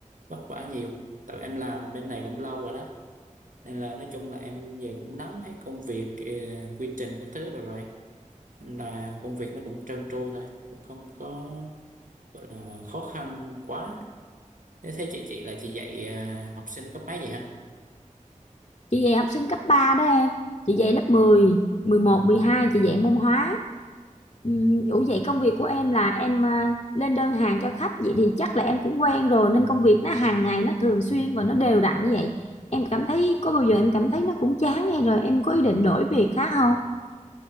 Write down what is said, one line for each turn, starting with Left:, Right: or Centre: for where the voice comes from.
Right: vất vả nhiều tại em làm bên này cũng lâu rồi đó nên là nói chung là em về cũng nắm hết công việc ờ, quy trình các thứ rồi rồi nên là công việc nó cũng trơn tru thôi cũng không có gọi là khó khăn quá thế thấy chị chị là chị dạy ờ, học sinh cấp mấy vậy ha
Left: chị dạy học sinh cấp 3 đó em chị dạy lớp 10 11 12 chị dạy môn hóa Ừm, Ủa vậy công việc của em là em à, lên đơn hàng cho khách vậy thì chắc là em cũng quen rồi nên công việc nó hàng ngày nó thường xuyên và nó đều đặn như vậy em cảm thấy có bao giờ em cảm thấy nó cũng chán hay rồi em có ý định đổi việc khác không